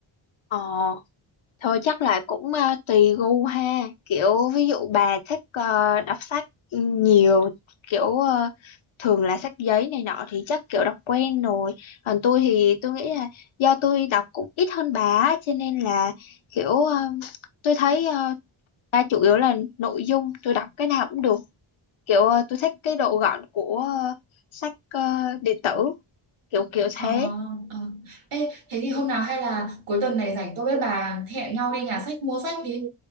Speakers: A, on the left; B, on the right.
A: Ờ Thôi chắc là cũng ờ, tùy gu ha kiểu ví dụ bà thích ờ, đọc sách nhiều kiểu ờ, thường là sách giấy này nọ thì chắc kiểu đọc quen rồi còn tôi thì tôi nghĩ là do tôi đọc cũng ít hơn bà á, cho nên là kiểu ờ, tôi thấy ờ, ba chủ yếu là nội dung tôi đọc cái nào cũng được kiểu ờ, tôi thích cái độ gọn của ờ, sách ờ, điện tử kiểu kiểu
B: Ờ,
A: thế
B: ờ. Ê, thế thì hôm nào hay là cuối tuần này rảnh tôi với bà hẹn nhau đi nhà sách mua sách đi